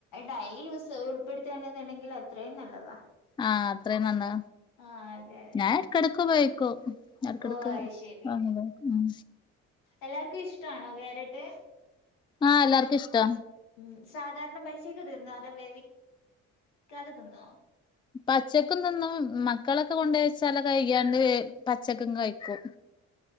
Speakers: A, on the left (about 85°); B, on the left (about 15°).
A: ഡെയിലി യൂസ് ഇടുത്തയാണെന്നുണ്ടെങ്കിൽ അത്രയും നല്ലതാ
B: ആഹ് അത്രയും നല്ലതാ
A: ആഹ് അതെ അതെ
B: ഞാൻ ഇടക്കിടക്ക് ഉപയോഗിക്കും ഇടക്ക്ഇടക്ക്
A: ഓ അത് ശരി
B: വാങ്ങി പോക്കും മം
A: എല്ലാർക്കും ഇഷ്ടാണോ ക്യാരറ്റ്
B: ആഹ് എല്ലാർക്കു ഇഷ്ടാ.
A: ഉം സാധാരണ ബൈസേക്ക് തിന്നോ അതോ വേവിക്കാതെ തിന്നോ.
B: പച്ചക്കും തിന്നും മക്കളൊക്കെ കൊണ്ടേച്ചാല് കഴ്ക്യാണ്ട് പച്ചക്കും കഴിക്കും.